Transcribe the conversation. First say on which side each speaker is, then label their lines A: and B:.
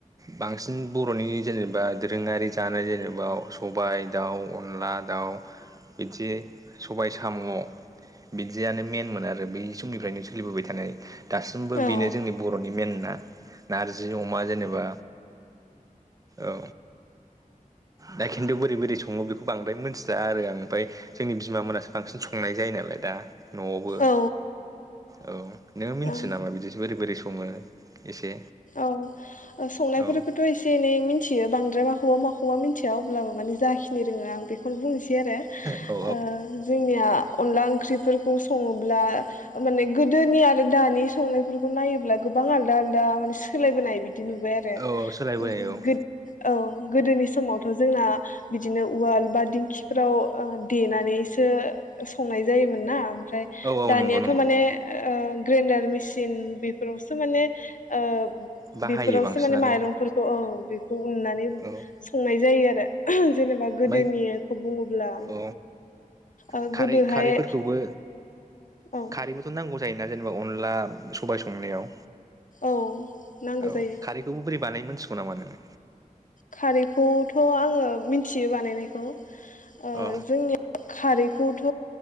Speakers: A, on the right; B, on the left.
A: बांसिन बर'नि जेनेबा दोरोङारि जानाय जेनेबा सबाइ दाउ अनला दाउ बिदि सबाय साम' बिदियानो मेनमोन आरो बै समनिफ्रायनो सोलिबोबाय थानाय दासिमबो
B: औ
A: बेनो जोंनि बर'नि मेनना जि अमा जेनेबा औ दा खिन्थु बोरै बोरै सङो बेखौ बांद्राय मोनथिला आरो आं ओमफाय जोंनि बिमा मोनासो बांसिन संनाय जायो नालाय दा न'आवबो
B: औ
A: औ नोङो मिनथियो
B: ओं
A: नामा बिदि बोरै आरो बोरै सङो? एसे
B: औ संनायफोरखौथ
A: औ
B: एसे एनै मिथियो बांद्राय माखौबा माखौबा मिथिया अब्लाबो माने जाखिनि रोङो आं बेखौनो बुंनोसै दि
A: औ
B: आरो ओ जोंनिया अनला ओंख्रिफोरखौ सङोब्ला माने गोदोनि आरो दानि संनायफोरखौ नायोब्ला गोबां आल दालदा माने <unintelligible> सोलायबोनाय बिदि नुबाय आरो
A: औ औ सोलायबोनाय
B: उम
A: औ
B: गोद औ गोदोनि समावथ जोंना बिदिनो उवाल बा दिंखिफ्राव देनानैसो संनाय जायोमोन ना ओमफ्राय
A: औ औ
B: दानियाथ
A: नंगौ नंगौ
B: माने
A: औ
B: ओ ग्रेन्डार मिसिन बेफोरावसो माने ओ
A: बाहायो
B: बेफोरावसो
A: बांसिनानो
B: माने माइरंफोरखौ औ बेखौ उननानै
A: औ
B: संनाय जायो आ <unintelligible> <unintelligible> जेनेबा गोदोनिखौ
A: ओमफ्राय
B: बुङोब्ला
A: औ
B: ओ
A: खारै
B: गोदोहाय
A: खारैफोरखौबो
B: औ
A: खारैबोथ' नांगौ जायोना जेनेबा अनला सबाय संनायाव
B: औ नांगौ
A: औ
B: जायो
A: खारैखौबो बोरै बानायनो मोनथिगौ नामा नोङो?
B: खारैखौथ आङो मिथियो बानायनायखौ। ओ
A: औ
B: जोंनि खारै खौथ